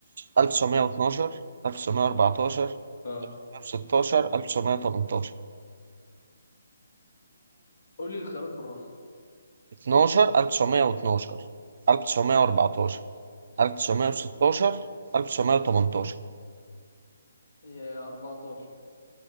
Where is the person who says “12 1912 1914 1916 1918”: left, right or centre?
Right